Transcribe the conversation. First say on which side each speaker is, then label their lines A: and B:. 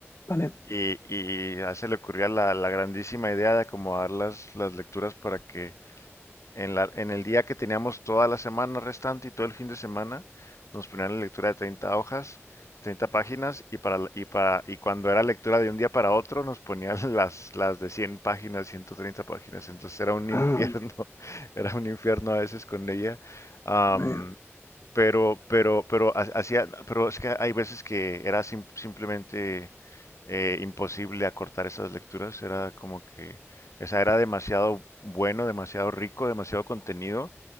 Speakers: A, on the left; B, on the left.
A: vale.
B: y, y a ella se le ocurría la, la grandísima idea de acomodar las, las lecturas para que En, la, en el día que teníamos toda la semana restante y todo el fin de semana, nos ponían la lectura de 30 hojas, 30 páginas, y, para, y, para, y cuando era lectura de un día para otro, nos ponían <laughs> las, las de 100 páginas, 130 páginas. Entonces era un infierno,
A: Ah,
B: <laughs> era un infierno a veces con ella. Am,
A: vaya.
B: pero, pero, pero ha- hacía, pero es que hay veces que era sim- simplemente eh, imposible acortar esas lecturas. Era como que, o sea, era demasiado bueno, demasiado rico, demasiado contenido